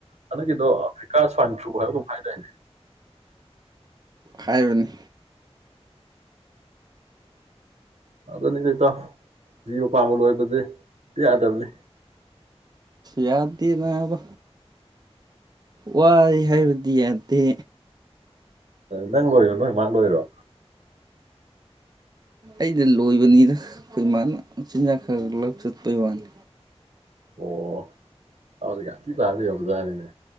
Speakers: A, on the right (about 85°); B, on the right (about 35°).
A: ꯍꯟꯗꯛꯀꯤꯗꯣ ꯑꯐ꯭ꯔꯤꯀꯥ ꯁ꯭ꯋꯥꯏꯟ ꯐ꯭ꯂꯨ ꯍꯥꯏꯕꯒꯨꯝ ꯍꯥꯏꯗꯥꯢꯅꯦ
B: ꯍꯥꯏꯕꯅꯤ
A: ꯑꯗꯨꯅꯤꯗ ꯏꯇꯥꯎ ꯖꯤꯕ ꯄꯥꯟꯕꯥ ꯂꯣꯏꯕꯁꯦ ꯍꯦꯛꯇ ꯌꯥꯗꯕꯅꯤ
B: ꯌꯥꯗꯦ ꯅꯥꯕ ꯋꯢ ꯍꯥꯏꯕꯗꯤ ꯌꯥꯗꯦ
A: ꯅꯪ ꯂꯣꯏꯔꯤꯔꯣ ꯅꯣꯏ ꯃꯥꯥꯡ ꯂꯣꯏꯔꯣ
B: ꯑꯩꯗ ꯂꯣꯏꯕꯅꯤꯅ ꯑꯩꯈꯣꯏ ꯏꯃꯥꯅ ꯆꯤꯟꯖꯥꯛ ꯈꯔ ꯂꯧ ꯆꯠꯄꯩ ꯋꯥꯅꯤ
A: ꯑꯣ ꯑꯗꯨꯗꯤ ꯒ꯭ꯌꯥꯟ ꯊꯤ ꯇꯥ ꯂꯩꯔꯝꯕꯖꯥꯠꯅꯤꯅꯦ